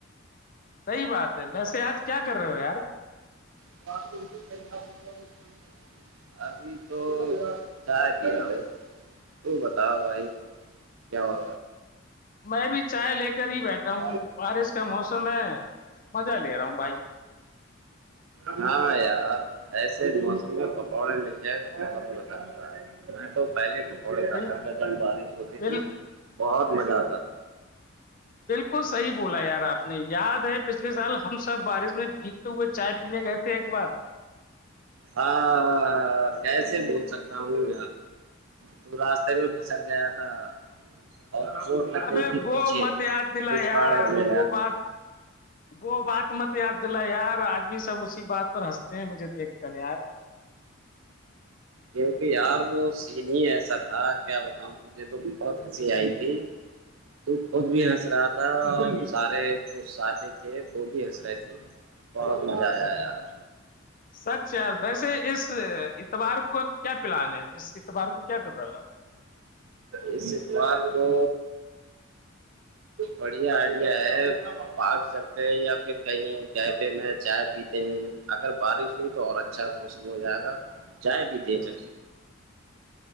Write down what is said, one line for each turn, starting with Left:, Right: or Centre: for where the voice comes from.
Left: صحیح بات ہے ویسے آج کیا کر رہے ہو یار
Right: <inaudible> ابھی تو چائے پی رہا تھ ہے تو بتاؤ بھائی کیا ہو
Left: میں بھی چائے لے کر ہی بیٹھا
Right: <inaudible>
Left: ہوں بارش کا موسم ہے مزہ لے رہا ہوں بھائی
Right: ہاں یار ایسے موسم میں پکوڑے مل جائیں تو بہت مزہ آتا ہے میں تو پہلے پکوڑے کا
Left: بال
Right: تھا تھا بارش ہوتی
Left: بال
Right: تھی بہت مزہ آتا تھا
Left: بالکل صحیح بولا یار آپ نے یاد ہے پچھلے سال ہم سب بارش میں بیتتے ہوئے چائے پینے گئے تھے ایک بار
Right: ہاں کیسے بول سکتا ہوں تو راستے بھی پھسل گیا تھا اور چ
Left: ابے
Right: کئی
Left: وہ
Right: پیھے
Left: مت یاد دلا
Right: پچ
Left: یار
Right: والڑے
Left: وہ بات وہ بات مت یاد دلا یار آج بھی سب اسی بات پر ہنستے ہیں مجھے دیکھ کر یار
Right: کیونکہ یار وہ سین ایسا تھا کیا بتا مجھے تو بہت ہنسی آئی تھی تو خود بھی ہنس رہا تھا اور سارے جو ساتھی تھے وہ بھی ہنس رہے تھے بہت مزہ آیا یار
Left: سچ یار ویسے اس اتبار کا کیا پلان ہے اس اعتبار کو کیا کر رہے ہو آپ
Right: استوار کو بڑھیا آئیڈیا ہے پارک چلتے ہیں یا پھر کہیں کیفے میں چائے پیتے ہیں اگر بارش ہوئی تو اور اچھا موسم ہو جائے گا چائے پیتے ہے چلتے